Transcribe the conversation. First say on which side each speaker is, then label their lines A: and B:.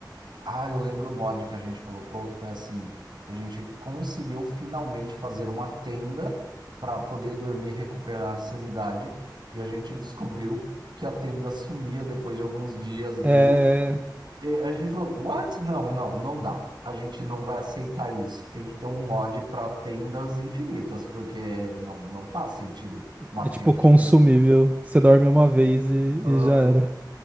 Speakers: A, on the right; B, on the right.
A: Ah, eu lembro o mod que a gente colocou, que foi assim: a gente conseguiu finalmente fazer uma tenda para poder dormir e recuperar a sanidade. E a gente descobriu que a tenda sumia depois de alguns dias de
B: É,
A: E a gente falou, what? Não, não, não dá. A gente não vai aceitar isso. Tem que ter um mod para tendas infinitas, porque não, não faz sentido uma
B: é
A: tenda
B: tipo consumível.
A: que.
B: Você dorme uma vez e,
A: Aham,
B: e já era.